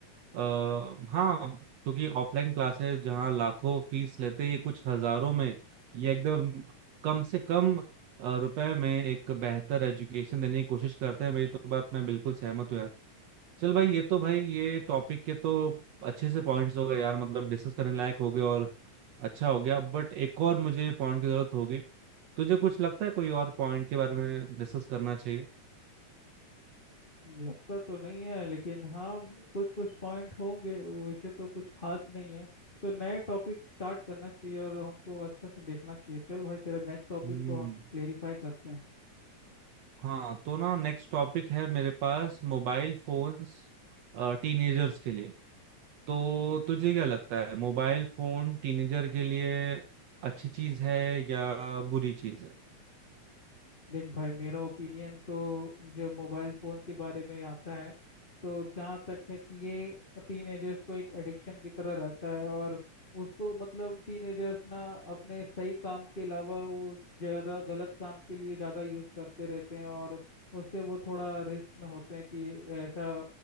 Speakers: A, on the right; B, on the left.
A: आ, हाँ क्योंकि ऑफलाइन क्लासेस जहाँ लाखों फीस लेते हैं ये कुछ हजारों में ये एकदम कम से कम अ, रुपए में एक बेहतर एजुकेशन देने की कोशिश करते हैं मेरी तो बात मैं बिल्कुल सहमत हूँ यार चल भाई ये तो भाई ये टॉपिक के तो अच्छे से पॉइंट्स हो गए यार मतलब डिस्कस करने लायक हो गए और अच्छा हो गया बट एक और मुझे पॉइंट की जरूरत होगी तुझे कुछ लगता है कोई और पॉइंट के बारे में डिस्कस करना चाहिए
B: लगता तो नहीं है लेकिन हाँ कुछ कुछ पॉइंट होंगे वैसे तो कुछ खास नहीं है तो नए टॉपिक स्टार्ट करना चाहिए और हमको अच्छे से देखना चाहिए चल भाई तेरा नेक्स्ट टॉपिक
A: हम्म
B: को हम क्लेरिफाई करते हैं
A: हाँ तो ना नेक्स्ट टॉपिक है मेरे पास मोबाइल फोन्स टीनेजर्स के लिए तो तुझे क्या लगता है मोबाइल फोन टीनेजर के लिए अच्छी चीज है या बुरी चीज है
B: देख भाई मेरा ओपिनियन तो जो मोबाइल फ़ोन के बारे में आता है तो जहाँ तक है कि ये टीनेजर्स को एक एडिक्शन की तरह रहता है और उसको मतलब टीनेजर्स ना अपने सही काम के अलावा वो ज़्यादा गलत काम के लिए ज़्यादा यूज़ करते रहते हैं और उससे वो थोड़ा रिस्क में होते हैं कि ऐसा